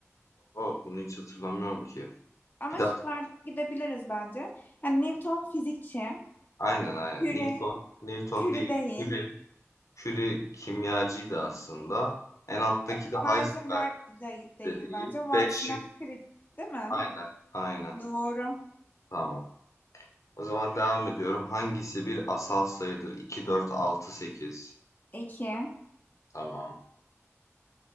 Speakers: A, on the left; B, on the left.
A: O, bunu hiç hatırlamıyorum ki.
B: Ama
A: Bir daha.
B: şıklardan gidebiliriz bence. Yani Newton fizikçi,
A: Aynen aynen.
B: Curie,
A: Newton, Newton
B: Curie
A: değil.
B: değil,
A: Curie. Curie kimyacıydı aslında. En alttaki
B: e,
A: de
B: Heisenberg
A: Heisenberg
B: de değil
A: dediği.
B: bence. Watson
A: B şık.
B: and Crick değil mi?
A: Aynen. Aynen.
B: Doğru.
A: Tamam. O zaman devam ediyorum. Hangisi bir asal sayıdır? 2, 4, 6, 8.
B: İki.
A: Tamam.